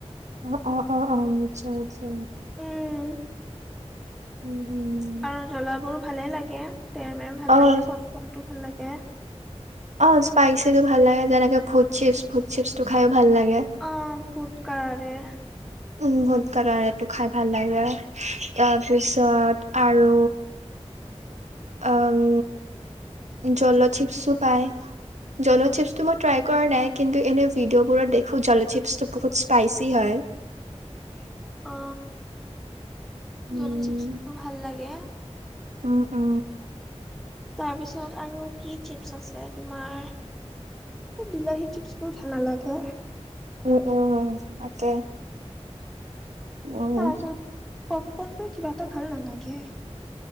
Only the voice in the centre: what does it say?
উম।
আৰু জ্বলাবোৰ ভালে লাগে তেৰমেৰ ভাল
লাগে, পফকনটো ভাল লাগে।
অ, ফুদ কালাৰ দিয়ে।
অ,
জল'চিপচটো ভাল লাগে।
তাৰপিছত আৰু কি চিপছ আছে তোমাৰ বিলাহী চিপ্ছ মোৰ ভাল নালাগে।
<unintelligible> পপকনটো কিবা এটা ভাল লাগে।